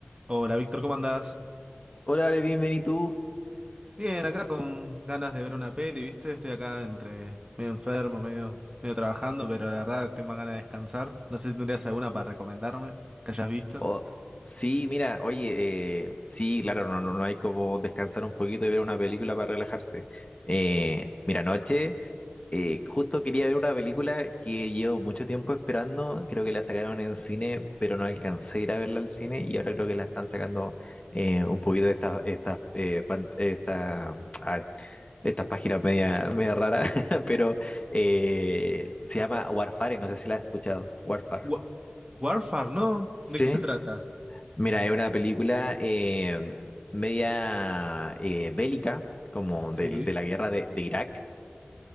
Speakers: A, on the right; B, on the left.
A: Hola Víctor, ¿cómo andás?
B: Hola, Ale, bienvenido tú.
A: Bien, acá con ganas de ver una peli, ¿viste? Estoy acá entre medio enfermo, medio, medio trabajando, pero la verdad tengo más ganas de descansar. No sé si tendrías alguna para recomendarme que hayas visto.
B: Oh, sí, mira, oye, eh, sí, claro, no, no, no hay como descansar un poquito y ver una película para relajarse. Eh, mira, anoche eh, justo quería ver una película que llevo mucho tiempo esperando, creo que la sacaron en cine, pero no alcancé a ir a verla al cine y ahora creo que la están sacando eh, un poquito de estas estas eh, pan- esta, ay, estas páginas media, media raras, <laughs> pero eh, se llama Warfare, no sé si la has escuchado, Warfare.
A: Wa- Warfare, ¿no?
B: Sí.
A: ¿De qué se trata?
B: Mira, es una película eh, media eh, bélica, como
A: Sí.
B: del- de, la guerra de, de Irak,